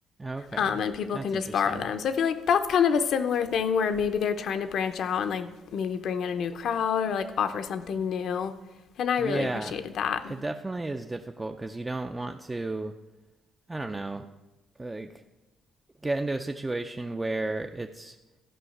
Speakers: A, on the right; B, on the left.
A: Okay.
B: um, and people
A: That's
B: can just
A: interesting.
B: borrow them. So I feel like that's kind of a similar thing where maybe they're trying to branch out and like maybe bring in a new crowd or like offer something new. And I really
A: Yeah,
B: appreciated that.
A: it definitely is difficult because you don't want to, I don't know, like get into a situation where it's